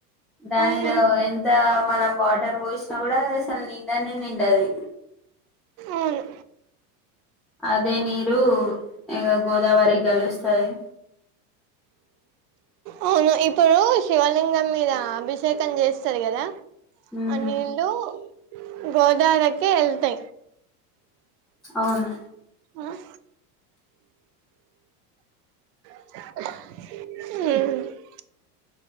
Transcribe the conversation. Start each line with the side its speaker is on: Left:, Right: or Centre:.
Centre: దాని
Right: అవునవును
Centre: మీద ఎంత మనం వాటర్ పోసినా కూడా అది అసల్ నిండానే నిండది
Right: అవును
Centre: అదే నీరు ఇక గోదావరి కలుస్తది
Right: అవును ఇప్పుడు శివలింగం మీద అభిషేకం చేస్తారు కదా
Centre: ఉమ్
Right: అ నీళ్లు గోదావరికే వెళ్తా
Centre: అవును
Right: ఆ ఆ మ్